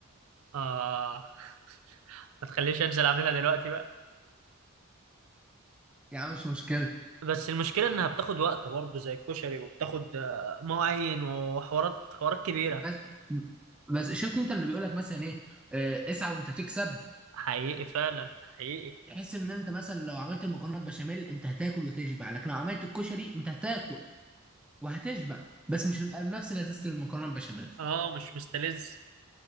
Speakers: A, on the right; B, in the centre.
A: آه <laughs> ما تخليش أنزل أعملها دلوقتي بقى
B: <laughs> يعني مش مشكله
A: بس المشكلة إنها بتاخد وقت برضه زي الكشري وبتاخد آه، مواعين وحوارات حوارات كبيرة
B: بس بس شفت انت اللي بيقول لك مثلا ايه آه، اسعى وانت تكسب
A: حقيقي فعلا حقيقي
B: تحس ان انت مثلا لو عملت المكرونه بشاميل انت هتاكل وتشبع لكن لو عملت الكشري انت هتاكل وهتشبع بس مش هنبقى بنفس لذيذة المكرونة البشاميل
A: اه مش مستلذ